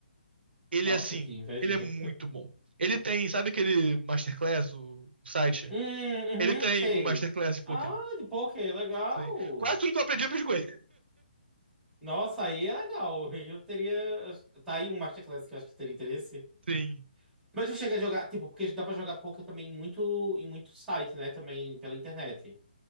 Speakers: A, on the right; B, in the centre.
A: Ele,
B: Nossa,
A: assim,
B: que invejinha.
A: ele é muito bom. Ele tem, sabe aquele Masterclass, o, o site?
B: Hum, uhum,
A: Ele tem
B: sei.
A: um Masterclass de poker.
B: Ah, de poker, legal.
A: Sim. Quase tudo que eu aprendi eu aprendi com ele.
B: Nossa, aí é legal. Eu teria. Tá aí um Masterclass que eu acho que teria interesse.
A: Sim.
B: Mas eu cheguei a jogar, tipo, porque dá pra jogar poker também muito, em muito site, né? Também pela internet.